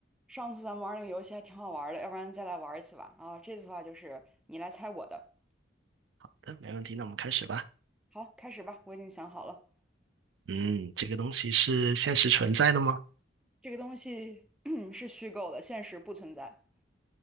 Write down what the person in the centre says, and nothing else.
上次咱们玩那个游戏还挺好玩的，要不然再来玩一次吧。啊，这次的话就是你来猜我的。
好，开始吧，我已经想好了，
这个东西 <clears throat> 是虚构的，现实不存在。